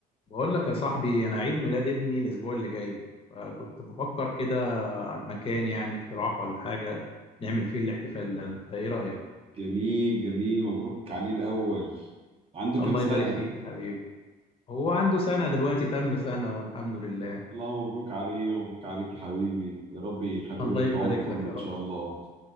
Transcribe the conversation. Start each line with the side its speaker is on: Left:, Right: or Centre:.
Left: بقول لك يا صاحبي انا عيد ميلاد ابني الاسبوع اللي جاي فكنت بفكر كده على المكان يعني اقتراح ولا حاجه نعمل فيه الاحتفال ده انت ايه رايك
Right: جميل جميل مبروك عليه الأول عنده كام
Left: الله
Right: سنة؟
Left: يبارك فيك يا حبيبي هو عنده سنه دلوقتي تم سنه والحمد لله
Right: الله مبروك عليه مبروك عليك يا حبيبي يا رب يخليه
Left: الله
Right: لك
Left: يبارك
Right: العمر كله
Left: لك يا
Right: إن
Left: رب
Right: شاء الله